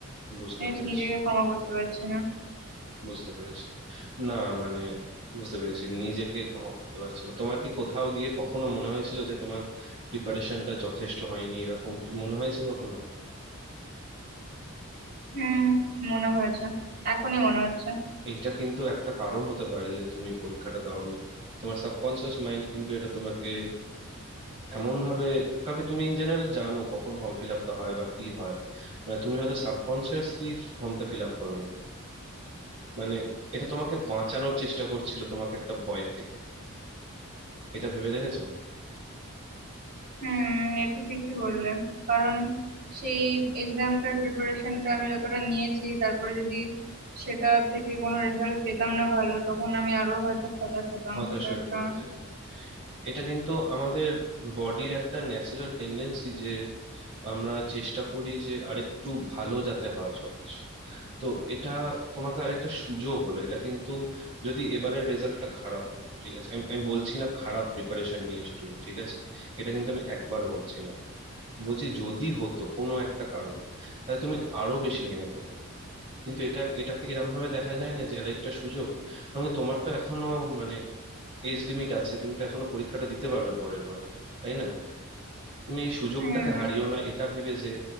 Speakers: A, on the right (about 30°); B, on the right (about 45°).
A: বুঝতে
B: জানিস,
A: পেরেছি
B: নিজেকে ক্ষমা করতে পারছি না
A: বুঝতে পেরেছি না মানে বুঝতে পেরেছি নিজেকে ক্ষমা করতে পারছো না তোমার কি কোথাও গিয়ে কখনো মনে হয়েছিল যে তোমার প্রিপারেশনটা যথেষ্ট হয়নি এরকম কি মনে হয়েছে কখনো
B: হুম মনে হয়েছে এখনই মনে হচ্ছে
A: এইটা কিন্তু একটা কারণ হতে পারে যে তুমি পরীক্ষাটা দাওনি তোমার সাবকনসিয়াস মাইন্ড কিন্তু এটা তোমাকে এমন ভাবে কারণ কি তুমি ইন জেনারেল জানো কখন ফর্ম ফিল আপটা হয় বা কি হয় মানে তুমি হয়তো সাবকনসিয়াসলি ফর্মটা ফিল আপ করোনি মানে এটা তোমাকে বাঁচানোর চেষ্টা করছিল তোমাকে একটা ভয় থেকে এটা ভেবে দেখেছো
B: হুম এটা ঠিকই বললে কারণ সেই এক্সামটার প্রিপারেশনটা আমি যতটা নিয়েছি তারপরে যদি সেটা থেকে কোনো রেজাল্ট পেতাম না ভালো তখন আমি আরো হয়তো হতাশ হতাম
A: হতাশ
B: এটা
A: হয়ে
B: একটা
A: পড়তে এটা কিন্তু আমাদের বডির একটা ন্যাচারাল টেন্ডেন্সি যে আমরা চেষ্টা করি যে আরেকটু ভালো যাতে হয় সবকিছু তো এটা তোমাকে আরেকটা সুযোগ হলো এটা কিন্তু যদি এবারের রেজাল্টটা খারাপ হতো ঠিক আছে আমি আমি বলছি না খারাপ প্রিপারেশন নিয়েছো তুমি ঠিক আছে এটা কিন্তু আমি একবারও বলছি না বলছি যদি হতো কোনো একটা কারণে তাহলে তুমি আরো বেশি ভেঙে পড়তে কিন্তু এটা এটাকে এরম ভাবে দেখা যায় না যে আরেকটা সুযোগ মানে তোমার তো এখনো মানে এজ লিমিট আছে তুমি তো এখনো পরীক্ষাটা দিতে পারবে পরের বার তাই না তুমি এই সুযোগটাকে
B: হুম
A: হারিও না এটা ভেবে যে